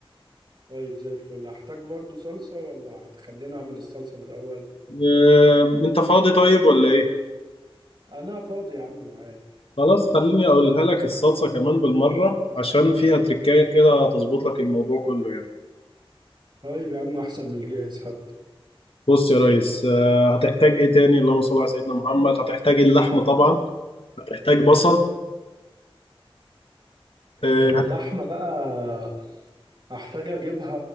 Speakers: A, on the right; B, on the left.
A: طيب زي الفل هحتاج برضو صلصة ولا هتخليني اعمل الصلصة من الاول
B: آه، أنت فاضي طيب ولا إيه؟
A: انا فاضي يا عم معايا
B: خلاص خليني أقولها لك الصلصة كمان بالمرة عشان فيها تركاية كده تظبط لك الموضوع كله يعني
A: طيب يا عم احسن من الجاهز حتى
B: بص يا ريس آه، هتحتاج ايه تاني اللهم صل على سيدنا محمد هتحتاج اللحمه طبعا هتحتاج بصل آه،
A: طب اللحمة
B: هت-
A: بقى هحتاج اجيبها